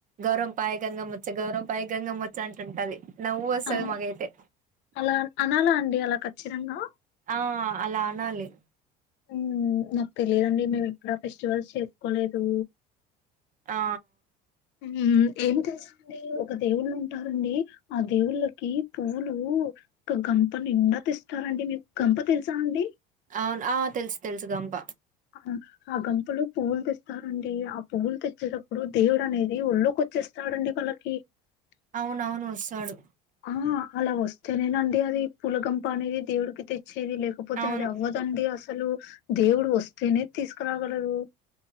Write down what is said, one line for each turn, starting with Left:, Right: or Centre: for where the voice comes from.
Right: గౌరంపాయ గంగమ్మచ్చే గౌరంపాయ గంగమ్మచ్చే అంటుంటది నవ్వు వస్తది
Left: అవునా
Right: మాగైతే
Left: అలా అనాల అండి అలా ఖచ్చిరంగా
Right: ఆ అలా అనాలి
Left: ఊ నాకు తెలియదండి మేము ఎప్పుడు ఆ ఫెస్టివల్స్ చేసుకోలేదు
Right: ఆ
Left: ఊ ఏమ్ తేస్ అంటే ఒక దేవుళ్ళు ఉంటారండి ఆ దేవుళ్ళకి పువ్వులు ఒక గంప నిండా తెస్తారండి మీకు గంప తెలుసా అండి
Right: అవును ఆ తెలుసు తెలుసు గంప
Left: ఆ ఆ గంపలో పువ్వులు తెస్తారండి ఆ పువ్వులు తెచ్చేటప్పుడు దేవుడు అనేది ఒళ్ళోకి వచ్చేస్తాడండి వాళ్ళకి హామ్
Right: అవునవును వస్తాడు
Left: ఆ అలా వస్తేనేనండి అది పూలగంప అనేది దేవుడికి తెచ్చేది లేకపో పోతే
Right: అవును
Left: అది అవ్వదండి అసలు దేవుడు వస్తేనే తీసుకురాగలరు